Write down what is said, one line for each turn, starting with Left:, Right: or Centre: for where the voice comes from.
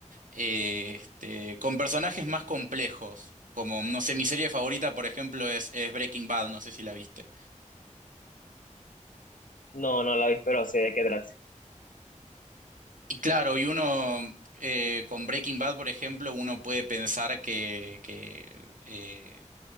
Right: eh, este, con personajes más complejos. Como, no sé, mi serie favorita, por ejemplo, es, es Breaking Bad, no sé si la viste.
Left: No, no la vi, pero sé de qué trata.
Right: Y claro, y uno, eh, con Breaking Bad, por ejemplo, uno puede pensar que, que, eh,